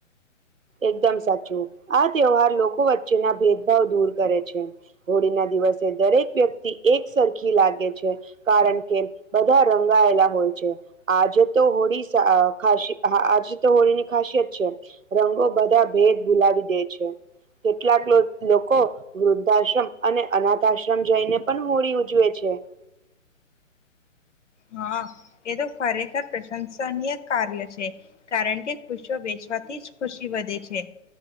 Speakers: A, on the right (about 80°); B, on the left (about 65°).
A: એકદમ સાચું આ તહેવાર લોકો વચ્ચેના ભેદભાવ દૂર કરે છે, હોળીના દિવસે દરેક વ્યક્તિ એક સરખી લાગે છે, કારણ કે બધા રંગાયેલા હોય. આજે તો હોળી, આજે તો હોળી ની ખાસિયત છે. રંગો બધા ભેદ ભૂલાવી દે છે. કેટલાક લોકો વૃદ્ધાશ્રમ, અને અનાથ આશ્રમ જઈને પણ હોળી ઉજવે છે. <unintelligible> <inaudible>
B: હા, એ તો ખરેખર પ્રશંસનીય કાર્ય છે, કારણ કે ખુશો વેચી. થી ખુશી વધે છે,